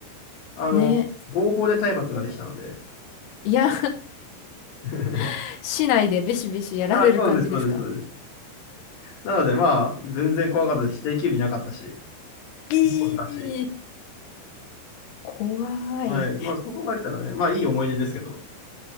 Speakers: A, on the left; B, on the left.
A: あの、
B: ね。
A: 合法で体罰ができたので。
B: いや
A: <laughs>
B: <laughs> 市内でベシベシやられる感じですか
A: あ、そうです、そうです、そうです。なのでまあ、全然怖かったですし。定休日なかったし、
B: ええー
A: 一本だし。
B: 怖い。
A: はい。まあそこがあったらね、まあいい思い出ですけど。